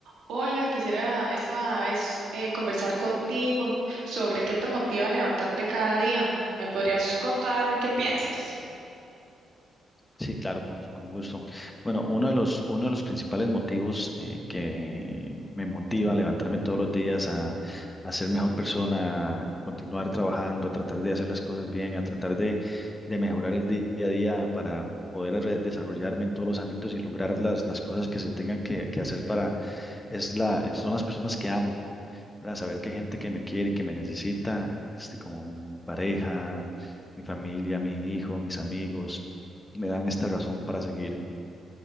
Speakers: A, on the right; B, on the left.
A: Hola, quisiera esta vez eh, conversar contigo sobre qué te motiva a levantarte cada día. ¿Me podrías contar qué piensas?
B: Sí, claro, con, con gusto. Bueno, uno de los, uno de los principales motivos eh, que me motiva a levantarme todos los días a, a ser mejor persona, a continuar trabajando, a tratar de hacer las cosas bien, a tratar de, de mejorar el día a día para poder re- desarrollarme en todos los ámbitos y lograr las, las cosas que se tengan que, que hacer para, es la, son las personas que amo. ¿verdad? Saber que hay gente que me quiere y que me necesita, este, como mi pareja, mi familia, mi hijo, mis amigos, me dan esta razón para seguir.